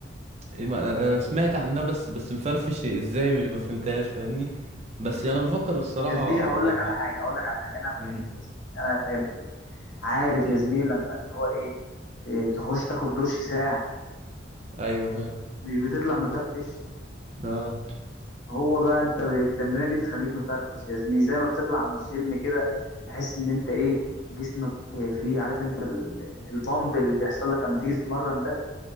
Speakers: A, on the right; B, on the left.
A: إيه، ما انا أنا سمعت عنها بس بس مفرفش ازاي مش- ما فهمتهاش فاهمني بس يعني انا بفكر الصراحه
B: يا زميلي هقول
A: يعني
B: لك على حاجه هقول لك على حاجه انا هفهمك
A: مم.
B: يا زميلي انا هفهمك يا زميلي عارف
A: مم.
B: يا زميلي لما اللي هو ايه, إيه تخش تاخد دش ساعه
A: ايوه فاهم
B: مش بتطلع مفرفش
A: اه
B: هو بقى انت ب- التمرينه دي بتخليك مفرفش يا زميلي زي ما بتطلع من الجيم كده تحس ان انت ايه جسمك فيه عارف انت ال- ال- البامب اللي بيحصل لك لما تيجي تتمرن ده